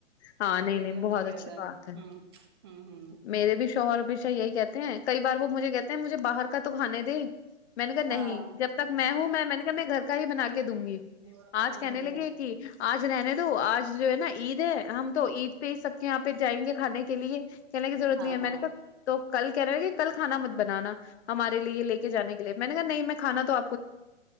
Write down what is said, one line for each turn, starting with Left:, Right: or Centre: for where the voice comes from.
Left: ہاں
Right: تو یہی
Left: نہیں نہیں
Right: ان
Left: بہت
Right: کا بھی
Left: اچھی
Right: رہتا
Left: بات ہے
Right: ہوں ہوں ہوں
Left: میرے بھی شوہر ہمیشہ یہی کہتے ہیں کئی بار وہ مجھے کہتے ہیں مجھے باہر کا تو کھانے دے میں نے کہا نہیں
Right: ہاں
Left: جب تک میں ہوں میں میں نے کہا میں گھر کا ہی بنا کے دوں گی
Right: ہوں
Left: آج کہنے
Right: ہوں
Left: لگے
Right: ہوں
Left: کہ آج رہ ن تو آج جو ہے نا عید ہے ہم تو عید پہ سب کے یہاں پہ جائیں گے کھانے کے لیے کہنے کی ضرورت
Right: ہاں
Left: نہیں ہے
Right: ہاں
Left: میں نے کہا تو کل کہ رہے کہ کل کھانا مت بنانا ہمارے لیے لے کے جانے کے لیے میں نے کہا نہیں میں ھانا تو آ